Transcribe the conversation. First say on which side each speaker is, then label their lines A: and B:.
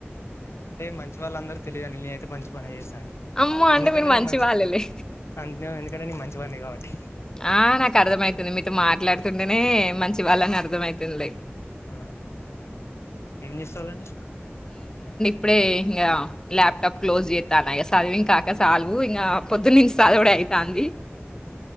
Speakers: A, on the left; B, on the left.
A: అంటే మంచి వాళ్ళ అందరు తెలిదండి నేను అయితే మంచి పని చేస్ అండి
B: అమ్మో అంటే
A: ఎందుకంటే
B: మీరు
A: నేను మంచి
B: వాళ్ళలే
A: అ ఎందు ఇక్కడ నేన్ మంచివాండి కాబట్టి
B: ఆ నాకు అర్థమయితుంది మీతో మాట్లాడుతుంటేనే మంచి వాళ్ళని అర్థమైతుంది
A: ఆ ఏం చేస్తలండి
B: ప్పుడే ఇంగా ల్యాప్టాప్ క్లోజ్ చేత్తాన్నా ఇగ చదివింకాక చాలు ఇంగ పొద్దునుంచి చదవుడు అయితాంది